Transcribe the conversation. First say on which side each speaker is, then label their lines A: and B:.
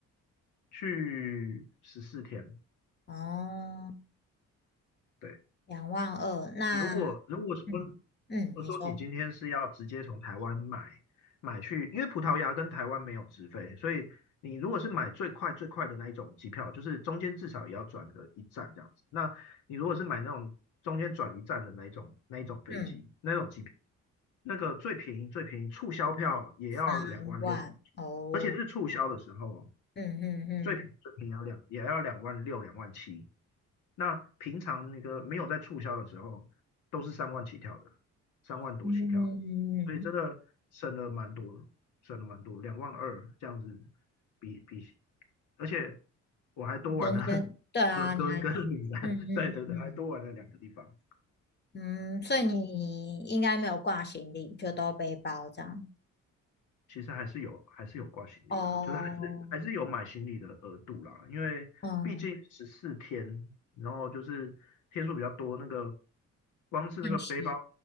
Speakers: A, on the left; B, on the left.
A: 去十四天，
B: 哦，
A: 对，
B: 两万二，那
A: 如果如果说
B: 嗯嗯，
A: 我说你今天是要直接从台湾买买去，
B: 你说
A: 因为葡萄牙跟台湾没有直飞，所以你如果是买最快最快的那一种机票，就是中间至少也要转个一站这样子。那你如果是买那种中间转一站的那一种那一种飞机那种机票，
B: 嗯
A: 那个最便宜最便宜促销票也要两万六，
B: 三万哦，
A: 而且是促销的时候哦。
B: 嗯嗯嗯
A: 最平宜最便宜要两也要两万六、两万七。那平常那个没有在促销的时候，都是三万起跳的，三万多起跳，
B: 嗯，
A: 所以真的省了蛮多，省了蛮多，两万二这样子比比，而且我还多玩了
B: 嗯中间对啊，
A: <laughs> 伦敦跟米兰，
B: 你还嗯嗯嗯
A: 对对对，还多玩了两个地方。
B: 嗯，所以你应该没有挂行李，
A: 对。
B: 就都背包这样。
A: 其实还是有还是有挂行李啦，
B: 哦，
A: 就是还是还是有买行李的额度啦，因为毕竟十四天，
B: 嗯，
A: 然后就是天数比较多，那个光是那个背包
B: 叹息，